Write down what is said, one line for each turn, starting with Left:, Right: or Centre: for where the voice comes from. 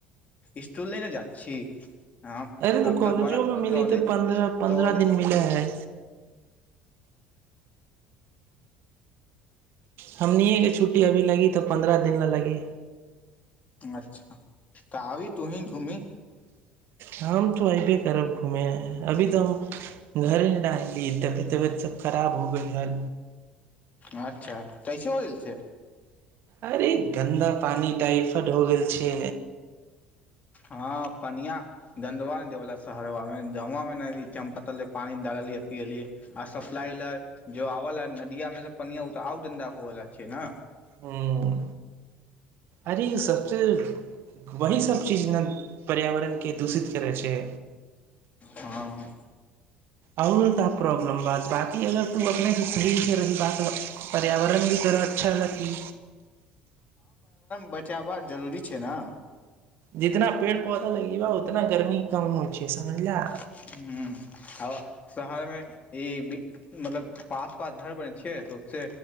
Left: स्टूल लइने जा छी हम
Right: अरे
Left: आब
Right: तऽ कॉलेजोमे
Left: बड़ा
Right: मिली
Left: टॉले
Right: तऽ पन्द्रह पन्द्रह
Left: टॉले
Right: दिन मिलै है हमनिएके छुट्टी अभी लगी तऽ पन्द्रह दिन ल लगी
Left: अच्छा तऽ आबी तूही घूमी
Right: हम तो अऐबे करब घूमे अभी तऽ हम घरे ना अयली तबियत तबियत सब खराब हो गेल रहल
Left: अच्छा कैसे बोलल छै
Right: अरे गन्दा पानि टाइफड हो गेल छै
Left: ह पनिया दवा ने देवाल शहरबा मे ज मे ई चमपतल पानी डाललियै पली आ सप्लाइ ल जो आव ल नदिया मे पिया तऽ आब धधा होवला छै ने
Right: हूँ अरे सभसँ वही सभ चीज जे ने पर्यावरणके दूषित करै छै
Left: हँ
Right: आओर त प्रॉब्लम बात बकी अगर तू अपनेसँ सरीरसँ रहही बात पर्यावरण भी तोह अच्छा रहती
Left: बचावा जरूरी छै ने
Right: जितना पेड़ पौधा लगे बा उतना गर्मी कम हो छैै समझ ल
Left: ह आ शहर मे ई मतलब पास पास घर बन छ त से